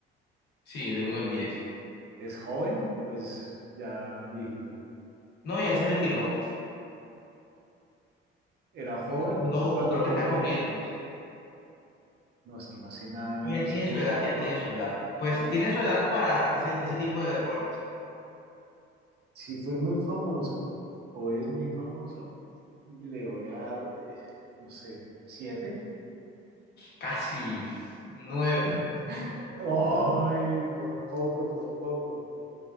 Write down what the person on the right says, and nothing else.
¿Es joven o es ya viejito?
¿Era joven
cuando
corría?
No, es que no sé nada de motociclismo.
Eh,
bu-
eh,
si fue muy famoso o es muy famoso, le voy a dar, eh, no sé, 7.
<laughs> Ay, por poco, por poco.